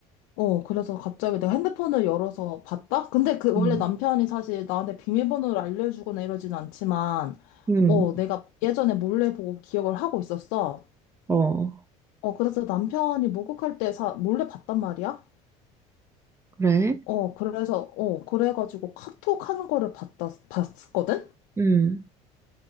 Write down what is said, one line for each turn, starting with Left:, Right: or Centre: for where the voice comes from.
Left: 어, 그래서 갑자기 내가 핸드폰을 열어서 봤다? 근데 그
Right: 응,
Left: 원래 남편이 사실 나한테 비밀번호를 알려주거나 이러진 않지만,
Right: 응,
Left: 어, 내가 예전에 몰래 보고 기억을 하고 있었어.
Right: 어,
Left: 어, 그래서 남편이 목욕할 때 사, 몰래 봤단 말이야?
Right: 그래?
Left: 어, 그래서, 어, 그래가지고 카톡 하는 거를 봤다, 봤거든?
Right: 응.